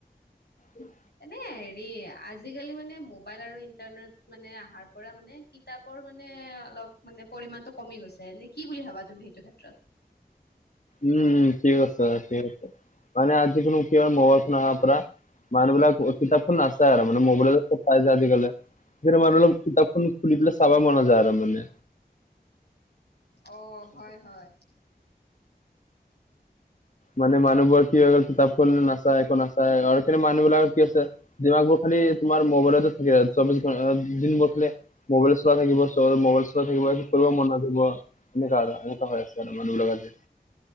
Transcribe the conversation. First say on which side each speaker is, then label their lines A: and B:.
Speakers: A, on the left; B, on the left.
A: উম
B: এনে হেৰি আজিকালি মানে মোবাইল আৰু ইণ্টাৰনেট মানে অহাৰ পৰা মানে কি কিতাপৰ মানে অলপ মানে পৰিমাণটো কমি গৈছে, এনে কি বুলি ভাবা তুমি সেইটো ক্ষেত্ৰত।
A: উম ঠিক আছে ঠিক আছে মানে আজি কোনো কি হয় মোবাইল ফোন অহা পঢ়া মানুহবিলাক কিতাপখন নাচছে আৰু মানে মোবাইলতে চব পাই যায় আজিকালি সেইটো মানে আৰু অলপ কিতাপখন খুলি পেলাই চাবা মন নাযায় আৰু মানে।
B: অ হয় হয়।
A: মানে মানুহবোৰৰ কি হৈ গল কিতাপখন নাচায় একো নাচায় আৰু কেনে মানুহবিলাকৰ কি আছে ডিমাকবোৰ খালি তোমাৰ মোবাইলতো থাকি যায় চৌবিশ ঘণ্টা দিনবোৰ খালি মোবাইল চলা থাকিব চবে মোবাইল থাকিব
B: হয়
A: কৰিব মন নথাকিব এনেকা আৰু এনেকোৱা হৈ আছে আৰু মানুহবিলাকৰ আজি